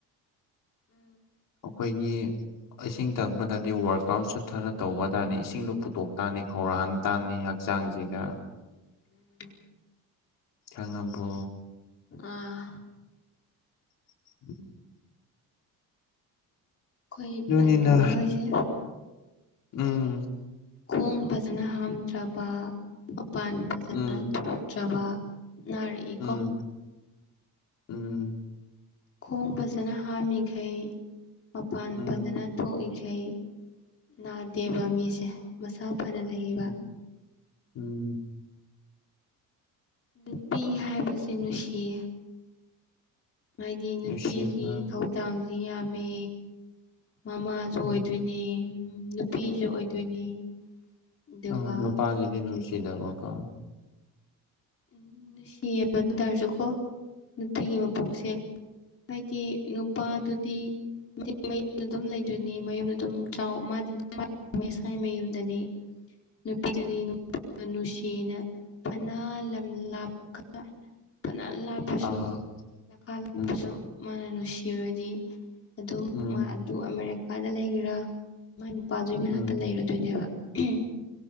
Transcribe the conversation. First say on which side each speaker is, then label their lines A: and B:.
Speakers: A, on the left; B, on the left.
A: ꯎꯝ
B: ꯑꯩꯈꯣꯏꯒꯤ ꯏꯁꯤꯡ ꯊꯛꯄ ꯇꯥꯗꯤ ꯋꯥꯔꯛ ꯑꯥꯎꯠꯁꯨ ꯈꯔ ꯇꯧꯕ ꯇꯥꯝꯅꯤ ꯏꯁꯤꯡꯗꯣ ꯄꯨꯇꯣꯛ ꯇꯥꯝꯅꯤ ꯈꯧꯔꯥꯡꯍꯟ ꯇꯥꯝꯅꯤ ꯍꯛꯆꯥꯡꯁꯤꯒ
A: ꯎꯝ
B: ꯈꯪꯉꯥꯕꯣ
A: ꯑꯥ
B: <inaudible>
A: ꯑꯩꯈꯣꯏ
B: ꯑꯗꯨꯅꯤꯗ
A: ꯇꯥꯏꯕꯪ ꯃꯤꯑꯣꯏꯁꯦ
B: ꯎꯝ
A: ꯈꯣꯡ ꯐꯖꯅ ꯍꯥꯝꯗ꯭ꯔꯕ ꯃꯄꯥꯟ ꯐꯖꯅ
B: ꯎꯝ
A: ꯊꯣꯛꯇ꯭ꯔꯕ ꯅꯔꯛꯏꯀꫭ
B: ꯎꯝ ꯎꯝ
A: ꯈꯣꯡ ꯐꯖꯅ ꯍꯥꯝꯃꯤꯈꯩ ꯃꯄꯥꯟ
B: ꯎꯝ ꯎꯝ
A: ꯐꯖꯅ ꯊꯣꯛꯏꯈꯩ ꯑꯩꯩ ꯅꯥꯗꯦꯕ ꯃꯤꯁꯦ ꯃꯁꯥ ꯐꯅ ꯂꯩꯌꯦꯕ
B: ꯝ ꯎꯝ
A: ꯅꯨꯄꯤ ꯍꯥꯏꯕꯁꯦ ꯅꯨꯡꯁꯤꯌꯦ ꯍꯥꯏꯗꯤ ꯅꯨꯄꯤꯒꯤ
B: ꯅꯨꯡꯁꯤꯕ
A: ꯊꯧꯗꯥꯡꯁꯤ ꯌꯥꯝꯃꯦ ꯃꯃꯥꯁꯨ ꯑꯣꯏꯗꯣꯏꯅꯤ
B: ꯎꯝ
A: ꯅꯨꯄꯤꯁꯨ ꯑꯣꯏꯗꯣꯏꯅꯤ ꯑꯗꯨꯒ
B: ꯑ ꯅꯨꯄꯥꯁꯤꯗꯤ ꯅꯨꯡꯁꯤꯗꯕꯀꯣ
A: ꯎꯝ ꯅꯨꯡꯁꯤꯕ ꯑꯗꯨ ꯇꯔꯁꯨꯀꯣ ꯅꯨꯡꯇꯤꯒꯤ ꯃꯄꯣꯛꯁꯦ ꯍꯥꯏꯗꯤ ꯅꯨꯄꯥꯗꯨꯗꯤ ꯃꯌꯨꯝꯗ ꯑꯗꯨꯝ ꯂꯩꯗꯣꯏꯅꯤ ꯃꯌꯨꯝꯗ ꯑꯗꯨꯝ ꯆꯥꯎ ꯃꯥꯗꯤ ꯁꯥꯏ ꯃꯌꯨꯝꯗꯅꯤ ꯅꯨꯄꯤꯗꯨꯅꯤ ꯅꯨꯡꯁꯤꯅ ꯐꯅ ꯂꯝ ꯂꯥꯞꯄꯒ ꯂꯥꯞꯄꯁꯨ
B: ꯑꯥ
A: ꯅꯅꯥꯥ ꯂꯥꯞꯄꯁꯨ
B: ꯎꯝ
A: ꯃꯥꯅ ꯅꯨꯡꯁꯤꯔꯗꯤ ꯑ
B: ꯎꯝ
A: ꯑꯗꯨ ꯑꯃꯦꯔꯤꯀꯥꯗ ꯂꯩꯒꯦꯔꯥ ꯃꯥ ꯅꯨꯄꯥꯗꯨꯒꯤ ꯃꯅꯥꯛꯇ
B: ꯎꯝ
A: ꯂꯩꯔꯗꯣꯏꯅꯦꯕ ꯍ